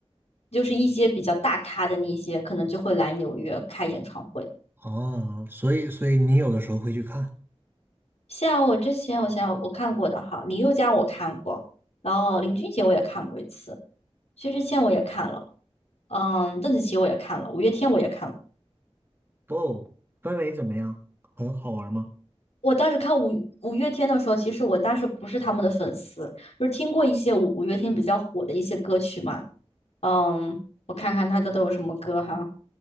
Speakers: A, on the left; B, on the right.
A: 就是一些比较大咖的那些，可能就会来纽约开演唱会。
B: 哦，所以所以你有的时候会去看，
A: 像我之前，我想想我看过的哈，林宥嘉我看过，然后林俊杰我也看过一次。薛之谦我也看了，嗯，邓紫棋我也看了，五月天我也看了。
B: 哦，氛围怎么样？很好玩吗？
A: 我当时看五五月天的时候，其实我当时不是他们的粉丝，就是听过一些五五月天比较火的一些歌曲嘛。嗯，我看看他的都有什么歌哈，